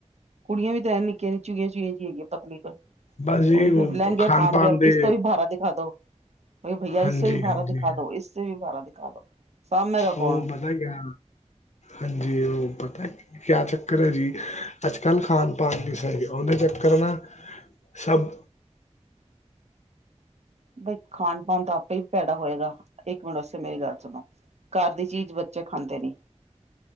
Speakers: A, on the right; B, on the left.
A: ਕੁੜੀਆਂ ਵੀ ਤਾਂ ਹੈ, ਨਿੱਕੀਆਂ ਨ ਚੁਈਆਂ-ਚੁਈਆਂ ਚ ਹੈਗੀਆਂ ਪਤਲੀ
B: ਬਸ ਜੀ
A: ਉਹ ਲਹਿੰਗ
B: ਖਾਣ
A: ਪਾਉਣਾ
B: ਪਾਣ
A: ਗਿਆ,
B: ਦੇ
A: ਇਸ ਤੋਂ ਵੀ ਭਾਰਾ ਦਿਖਾ ਦੋ। ਭਾਈ
B: ਹਾਂਜੀ
A: ਇਸੇ ਵੀ ਬਾਰਾ
B: ਹਾਂਜੀ
A: ਦਿਖਾ ਦੋ ਇਸੇ ਵੀ ਬਾਰਾ ਦਿਖਾ ਦੋ। ਸਾਂਭੇਗਾ ਕੌਣ
B: ਉਹ ਪਤਾ ਕਿਆ, ਹਾਂਜੀ ਉਹ ਪਤਾ। ਕਿਆ ਚੱਕਰ ਹੈ, ਜੀ ਅੱਜ-ਕੱਲ੍ਹ ਖਣ ਪਾਨ ਵੀ ਸਹੀ ਉਹਦੇ ਚੱਕਰ ਨਾ, ਸਭ,
A: ਬਈ ਖਾਣ ਪਣ ਤਾਂ ਆਪੇ ਵੀ ਪੈਦਾ ਹੋਏਗਾ, ਇੱਕ ਮਿੰਟ ਉਸੇ ਮੇਰੀ ਗੱਲ ਸੁਣੋ। ਘਰ ਦੀ ਚੀਜ਼ ਬੱਚੇ ਖਾਂਦੇ ਨੀ।